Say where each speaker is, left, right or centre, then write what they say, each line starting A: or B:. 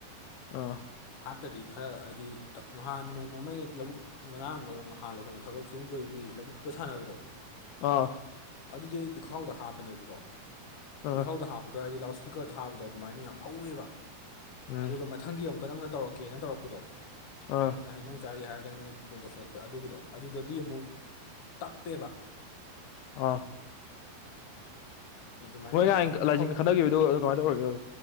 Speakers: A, on the left; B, on the left.
A: ꯑꯥ
B: ꯍꯥꯞꯇꯗꯤ ꯈꯔ ꯍꯥꯏꯗꯤꯞ ꯅꯍꯥꯟ ꯅꯣꯡꯃꯥꯑꯃꯥ ꯂꯧꯕꯨꯛ ꯉꯔꯥꯡ ꯂꯧꯔ ꯉꯥꯏꯍꯥꯛ ꯍꯥꯜꯂꯣ ꯀꯩꯅꯣ ꯊꯕꯛ ꯁꯨꯕꯒꯤ ꯂꯧꯕꯨꯛꯇ ꯁꯥꯟꯅꯕꯗꯣ
A: ꯑꯥ
B: ꯑꯗꯨꯗꯤ ꯑꯩ ꯄꯤꯈꯥꯎꯗ ꯍꯥꯞꯄꯅꯦꯕꯀꯣ
A: ꯑꯥ
B: ꯄꯤꯈꯥꯎꯗ ꯍꯥꯞꯄ ꯑꯗꯣ ꯍꯥꯏꯗꯤ ꯂꯥꯎꯗ ꯁ꯭ꯄꯤꯀꯔ ꯊꯥꯕꯗꯣ ꯑꯗꯨꯃꯥꯏꯅ ꯌꯥꯝ ꯍꯧꯋꯦꯕ
A: ꯎꯝ
B: ꯑꯗꯨꯒ ꯃꯊꯪꯒꯤ ꯑꯃꯨꯛ ꯀꯗꯪꯅꯧꯔꯛꯀꯦꯅ ꯇꯧꯔꯛꯄꯗꯣ
A: ꯑꯥ
B: ꯑꯩꯅ ꯍꯩꯅꯧ ꯆꯥꯔꯤ ꯍꯥꯏꯔꯒꯅ ꯅꯪꯅ ꯐꯣꯟ ꯇꯧꯁꯤꯜꯂꯛꯄ ꯑꯗꯨꯒꯤꯗꯣ ꯑꯗꯨꯗꯗꯤ ꯑꯃꯨꯛ ꯇꯞꯄꯦꯕ
A: ꯑꯥ
B: ꯑꯗꯨꯃꯥꯏꯅ
A: ꯃꯣꯏ ꯅꯍꯥꯟ
B: ꯑꯗꯨꯃꯥꯏꯅ
A: ꯂꯥꯏꯖꯤꯡꯗ
B: ꯍꯧ
A: ꯈꯠꯅꯈꯤꯕꯗꯣ ꯑꯗꯨ ꯀꯃꯥꯏꯅ ꯇꯧꯔꯒꯦꯕ